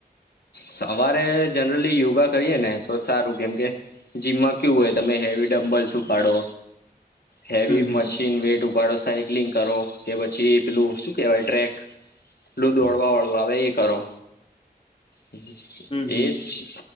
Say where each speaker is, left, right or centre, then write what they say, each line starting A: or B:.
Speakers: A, on the left; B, on the left.
A: સવારે જનરલી યોગા કરીએ ને તો સારું, કેમ કે જીમમાં કેવુ હોય તમે હેવી ડમ્બલસ ઉપાડો, હેવી
B: હમ હમ
A: મશીન વેટ ઉપા પાડો, સાયકલિંગ કરો કે પછી પેલું શું કેવાય ટ્રેક પેલું દોડવાવાળું આવે એ કરો. એ
B: હમ હમ
A: જ.